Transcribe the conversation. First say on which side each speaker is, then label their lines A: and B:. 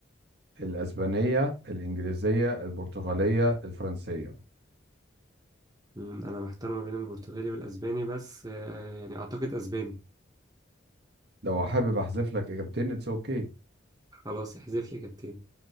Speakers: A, on the right (about 55°); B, on the right (about 20°).
A: الأسبانية الإنجليزية البرتغالية الفرنسية
B: مم، أنا محتار ما بين البرتغالي والأسباني بس آه، يعني أعتقد أسباني
A: لو حابب أحذف لك إجابتين اتس أوكي
B: خلاص احذف لي إجابتين